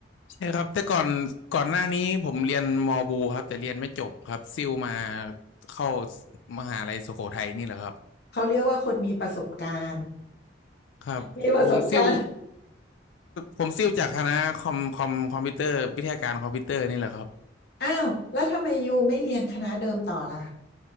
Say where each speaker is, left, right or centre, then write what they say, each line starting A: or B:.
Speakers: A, on the left (about 75°); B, on the left (about 55°).
A: ใช่ครับแต่ก่อนก่อนหน้านี้ผมเรียนมอบูครับแต่เรียนไม่จบครับซิ่วมาเข้ามหาลัยสุโขทัยนี่แหละครับ
B: เขาเรียกว่าคนมีประสบการณ์
A: ครับผมซิ่ว
B: มีประสบการณ์ <laughs>
A: ผมซิ่วจากคณะคอมคอมคอมพิวเตอร์วิทยาการคอมพิวเตอร์นี่แหละครับ
B: อ้าวแล้วทำไมยูไม่เรียนคณะเดิมต่อล่ะ